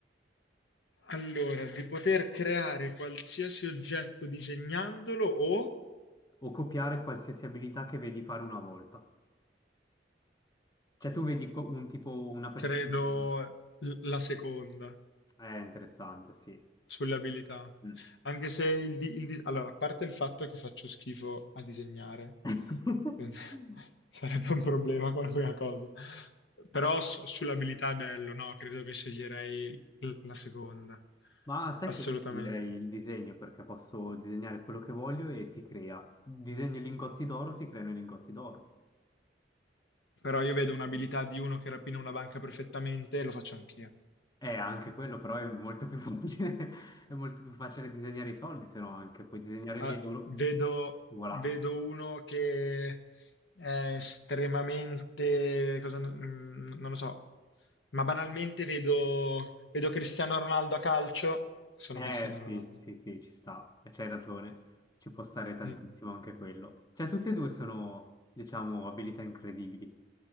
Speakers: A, on the left (about 80°); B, on the left (about 20°).
A: Allora, di poter creare qualsiasi oggetto disegnandolo o
B: O copiare qualsiasi abilità che vedi fare una volta? Cioè tu vedi co- un tipo, una persona
A: credo
B: che...
A: l- la seconda.
B: È interessante, sì.
A: Sulle abilità.
B: Mm.
A: Anche se il, di- il di- allora, a parte il fatto che faccio schifo a disegnare,
B: <laughs>
A: quindi <laughs> sarebbe un problema qualunque cosa. Però su- sull'abilità è bello, no? Credo che sceglierei l- la seconda.
B: Ma sai
A: Assolutamente.
B: che io sceglierei il disegno perché posso disegnare quello che voglio e si crea. Disegno i lingotti d'oro, si creano i lingotti d'oro.
A: Però io vedo un'abilità di uno che rapina una banca perfettamente e lo faccio anch'io.
B: Eh, anche quello però è molto più facile, <laughs> è molto più facile disegnare i soldi, se no anche puoi disegnare
A: Ah,
B: gli euro.
A: vedo,
B: Voilà.
A: vedo uno che è estremamente, cosa, mm, non lo so, ma banalmente vedo, vedo Cristiano Ronaldo a calcio. Sono
B: Eh
A: Cristiano
B: sì,
A: Ronaldo.
B: sì, sì, ci sta, Eh, c'hai ragione, ci può stare tantissimo
A: Mm.
B: anche quello. Cioè, tutte e due sono, diciamo, abilità incredibili.